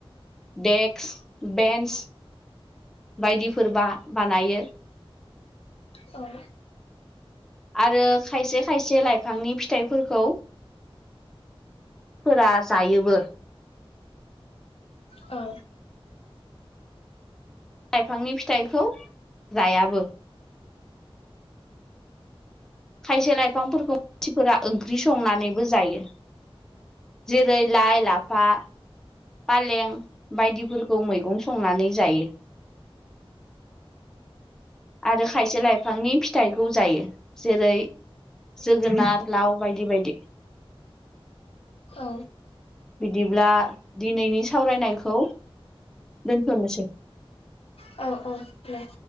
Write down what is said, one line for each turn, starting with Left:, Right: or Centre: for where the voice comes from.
Centre: डेक्स-बेन्स बायदिफोर बा बानायो।
Left: औ
Centre: आरो खायसे खायसे लाइफांनि फिथाइफोरखौ फोरा जायोबो
Left: औ
Centre: लाइफांनि फिथाइखौ जायाबो खायसे लाइफांफोरखौ मानसिफोरा ओंख्रि संनानैबो जायो। जेरै लाइ-लाफा फालें बायदिफोरखौ मैगं संनानै जायो। आरो खायसे लाइफांनि फिथाइखौ जायो जेरै जोगोनार, लाव बायदि बायदि
Left: औ
Centre: बिदिब्ला दिनैनि सावरायनायखौ दोनथ'नोसै
Left: औ औ दे